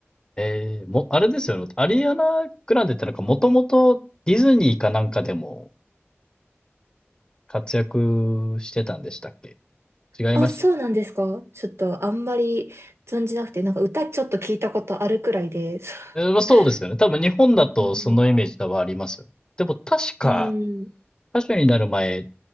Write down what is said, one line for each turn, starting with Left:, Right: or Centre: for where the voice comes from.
Left: えー、も、あれですよね、アリアナ・グランデってなんかもともとディズニーかなんかでも活躍してたんでしたっけ違いまし
Right: あ、そうなんですかちょっとあんまり存じなくて、なんか歌ちょっと聞いたことあるくらいで。
Left: た。えー、まあそうですよね。
Right: <laughs>
Left: 多分日本だとそのイメージ多分ありますよね。
Right: うん
Left: でも確か、
Right: うん。うん。
Left: 歌手になる前、デ